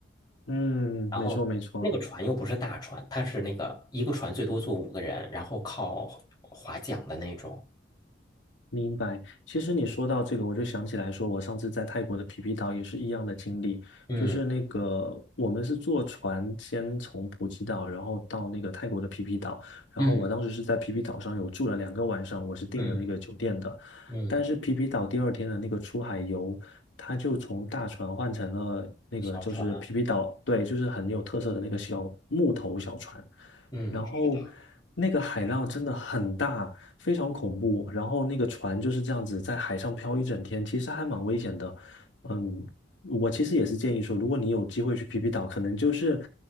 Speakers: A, on the left; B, on the left.
A: 嗯，
B: 然后那个船又不是大船，
A: 没错没错。
B: 它是那个一个船最多坐五个人，然后靠划桨的那种。
A: 明白。其实你说到这个，我就想起来说，我上次在泰国的皮皮岛也是一样的经历，
B: 嗯
A: 就是那个我们是坐船先从普吉岛，然后到那个泰国的皮皮岛，然后我当时是在皮皮岛上有住了两个晚上，
B: 嗯
A: 我是订了那个酒店的，
B: 嗯嗯，
A: 但是皮皮岛第二天的那个出海游，它就从大船换成了那个就是皮皮岛，
B: 小船。
A: 对，就是很有特色的那个小木头小船。
B: 嗯，
A: 然后那个海浪真的很大，
B: 是的。
A: 非常恐怖。然后那个船就是这样子在海上漂一整天，其实还蛮危险的。嗯，我其实也是建议说，如果你有机会去皮皮岛，可能就是